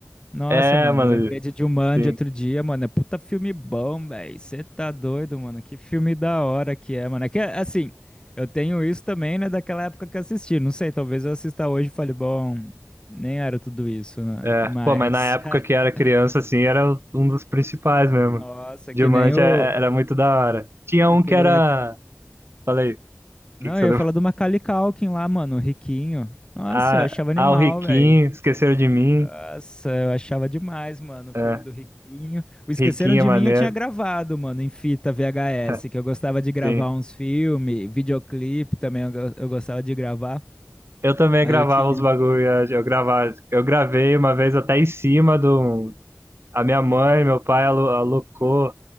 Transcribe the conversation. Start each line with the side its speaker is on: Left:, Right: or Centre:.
Left: Nossa,
Right: É,
Left: mano,
Right: mano.
Left: eu lembrei de Jumanji
Right: Sim.
Left: outro dia, mano. É puta filme bom, velho. Você tá doido, mano. Que filme da hora que é, mano. É que, assim, eu tenho isso também, né, daquela época que eu assisti. Não sei, talvez eu assista hoje e fale, bom, nem era tudo isso, né?
Right: É.
Left: Mas,
Right: Pô, mas na época que
Left: <laughs>
Right: era criança, assim, era um dos principais mesmo.
Left: nossa,
Right: Diamante
Left: que nem o,
Right: é- é, era muito da hora. Tinha
Left: aquele
Right: um que era.
Left: lá.
Right: Falei, o que
Left: Não,
Right: que você
Left: eu ia
Right: lembra?
Left: falar do Macaulay Culkin lá, mano, o riquinho. Nossa,
Right: Ah,
Left: eu achava animal,
Right: ah, o Riquinho,
Left: velho.
Right: esqueceram de mim.
Left: Nossa, eu achava demais, mano, o
Right: É,
Left: filme do Riquinho. O Esqueceram
Right: Riquinho
Left: de
Right: é maneiro.
Left: Mim eu tinha gravado, mano, em fita VHS,
Right: <laughs>
Left: que eu gostava de gravar
Right: Sim.
Left: uns filmes, videoclipe também eu, go- eu gostava de gravar.
Right: Eu também
Left: Aí
Right: gravava
Left: eu tinha
Right: os bagulho, eu eu gravava, eu gravei uma vez até em cima do a minha mãe, meu pai alu- alocou